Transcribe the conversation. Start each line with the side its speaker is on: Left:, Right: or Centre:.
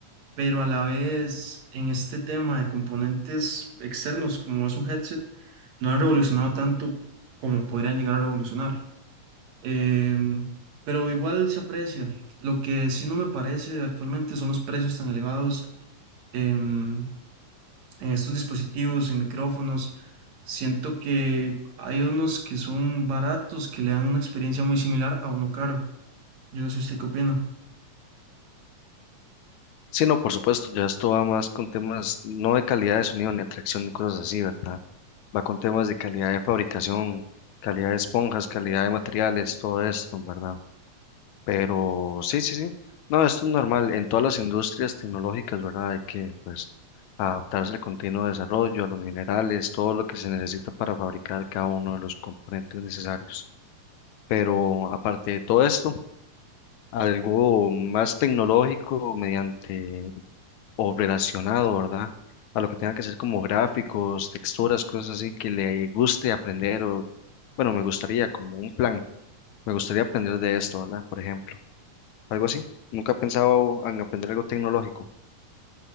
Right: pero a la vez en este tema de componentes externos como es un headset, no han revolucionado tanto como podrían llegar a revolucionar. Em, pero igual se aprecia. Lo que sí no me parece actualmente son los precios tan elevados em, en estos dispositivos, en micrófonos. Siento que hay unos que son baratos, que le dan una experiencia muy similar a uno caro. Yo no sé usted qué opina.
Left: Sí, no, por supuesto, ya esto va más con temas no de calidad de sonido ni atracción ni cosas así, ¿verdad? Va con temas de calidad de fabricación, calidad de esponjas, calidad de materiales, todo esto, ¿verdad? Pero sí, sí, sí. No, esto es normal en todas las industrias tecnológicas, ¿verdad? Hay que, pues, adaptarse al continuo desarrollo, a los minerales, todo lo que se necesita para fabricar cada uno de los componentes necesarios. Pero aparte de todo esto, algo más tecnológico mediante o relacionado, ¿verdad? A lo que tenga que ser como gráficos, texturas, cosas así que le guste aprender o, bueno, me gustaría como un plan, me gustaría aprender de esto, ¿verdad? Por ejemplo algo así. Nunca pensaba en aprender algo tecnológico.